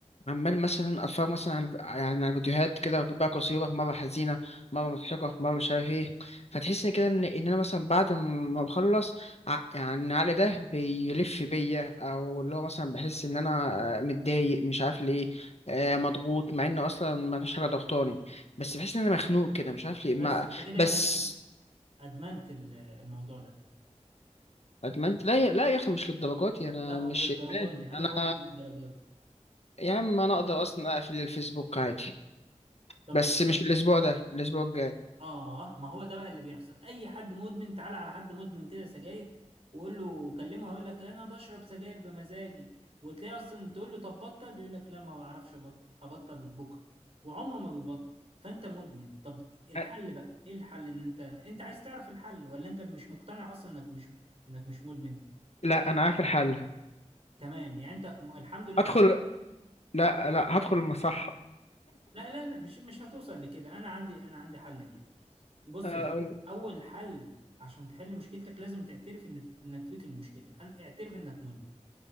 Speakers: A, on the left; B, on the right.
A: عمال مثلا اتفرج مثلا على يعني على فيديوهات كده بقى قصيره مره حزينه مره مضحكه مره مش عارف ايه فتحس إن كده ان ان انا مثلا بعد ما بخلص ع- يعني العقل ده بيلف بيا او اللي هو مثلا بحس ان انا آه، متضايق مش عارف ليه آه، مضغوط مع ان اصلا ما فيش حاجه ضغطاني بس بحس ان انا مخنوق كده مش عارف ليه
B: بس
A: ما
B: انت كده
A: بس
B: يا باشا ادمنت ال- الموضوع ده
A: ادمنت لا يا- لا يا اخي مش للدرجات دي، انا
B: لا
A: مش
B: للدرجه
A: ادمان
B: دي انا
A: انا
B: بقول لك للدرجه دي
A: يا عم انا اقدر اصلا اقفل الفيسبوك عادي
B: طب
A: بس مش
B: طب
A: الاسبوع ده الاسبوع الجاي
B: اه ما هو ده بقى اللي بيحصل اي حد مدمن تعال على حد مدمن كده سجاير وقول له كلمه هيقول لك انا بشرب سجاير بمزاجي وتلاقي اصلا تقول له طب بطل يقول لك لا ما بعرفش ابطل هبطل بكره وعمره ما بيبطل فانت مدمن طب الحل
A: أ-
B: بقى ايه الحل ان انت انت عايز تعرف الحل ولا انت مش مقتنع اصلا انك مش انك مش مدمن
A: لا انا عارف الحل
B: تمام يعني انت الحمد لله
A: ادخل
B: اقتنعت.
A: لا لا هدخل المصح
B: لا لا لا مش مش هتوصل لكده انا عندي انا عندي حل ليك بص
A: أه،
B: يا سيدي اول حل عشان تحل مشكلتك لازم تعترف ان انك فيك المشكله انا اعترف انك مدمن